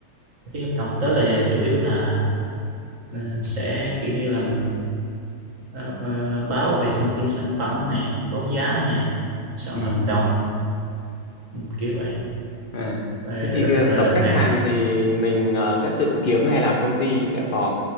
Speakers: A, on the right; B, on the left.
A: ký hợp đồng tớ là chủ yếu là ờ, sẽ kiểu như làm ờ, ờ, báo về thông tin sản phẩm nè báo giá nè soạn
B: ừ
A: hợp đồng ừ, kiểu vậy
B: à.
A: Ờ,
B: Thế thì
A: rồi,
B: cái
A: rồi
B: tập
A: đợt
B: khách
A: này
B: hàng thì mình ờ, sẽ tự kiếm hay là công ty sẽ có